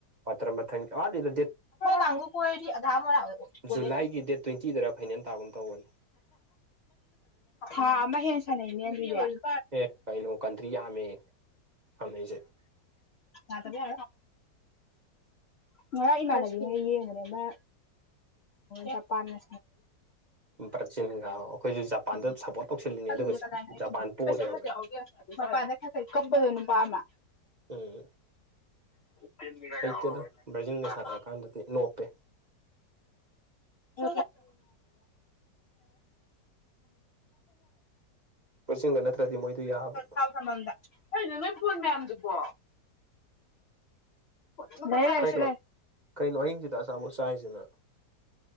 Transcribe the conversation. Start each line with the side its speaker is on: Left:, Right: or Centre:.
Right: ꯔꯝꯕ ꯊꯪ ꯂꯤꯗ ꯗꯦꯠ
Left: ꯁꯥꯡꯨ ꯀꯣꯦꯥ ꯃꯅ
Right: ꯖꯨꯂꯥꯏꯒꯤ
Left: ꯀ
Right: ꯗꯦꯠ ꯇ꯭ꯋꯦꯟꯇꯤꯗꯔ ꯐꯥꯏꯅꯦꯜ ꯇꯥꯒꯨꯝ ꯇꯧꯕꯅꯦ
Left: ꯍꯥ ꯑꯃ ꯍꯦ ꯁꯥꯟꯅꯩꯅꯦ ꯑꯗꯨꯗꯤ
Right: ꯑꯦ ꯀꯩꯅꯣ ꯀꯟꯇ꯭ꯔꯤ ꯌꯥꯝꯃꯦ ꯁꯥꯟꯅꯩꯁꯦ
Left: ꯃꯥꯇꯗꯤ ꯌꯥ ꯉ ꯏꯃꯥꯅꯕꯤ ꯍꯥꯏ ꯌꯦ ꯃꯅꯦ ꯃ ꯆ ꯄ ꯦ
Right: ꯕ꯭ꯔꯥꯖꯤꯜꯒ ꯑꯩꯈꯣꯏꯁꯨ ꯖꯄꯥꯟꯗ
Left: ꯎ
Right: ꯁꯞꯄꯣꯔꯠ ꯇꯧꯁꯤꯜꯂꯤꯅꯦ
Left: ꯑꯗꯨꯗꯤ
Right: ꯑꯗꯨꯒ
Left: ꯀꯗꯥꯏꯅꯦ ꯍꯥꯏꯒꯦ
Right: ꯖꯄꯥꯟ ꯄꯣ
Left: ꯀꯩꯁꯨ
Right: ꯂꯩꯍꯧꯔꯦ
Left: ꯑꯃꯠꯇ ꯌꯥꯎꯒꯦꯗꯤ ꯐꯔꯦ ꯃ ꯀꯝꯝꯕꯜ ꯍꯕꯃ
Right: ꯎꯝ
Left: ꯇꯤꯟ ꯃꯅꯒꯕ
Right: ꯍꯩꯇꯦꯗ ꯕ꯭ꯔꯥꯖꯤꯜꯒ
Left: ꯊ
Right: ꯁꯥꯟꯅꯔꯀꯥꯟꯗꯗꯤ
Left: ꯊ
Right: ꯅꯣꯞꯄꯦ
Left: ꯦ
Right: ꯕ꯭ꯔꯥꯖꯤꯜꯒ ꯅꯠꯇ꯭ꯔꯗꯤ ꯃꯣꯏꯗꯨ ꯌꯥꯕ
Left: ꯊꯥꯎ ꯊꯅꯗꯅ ꯐꯗꯥꯗꯨꯀꯣ ꯁꯂ
Right: ꯀꯩꯅꯣ ꯀꯩꯅꯣ ꯑꯍꯤꯡꯁꯤꯗ ꯑꯆꯥꯄꯣꯠ ꯆꯥꯏꯁꯤꯅ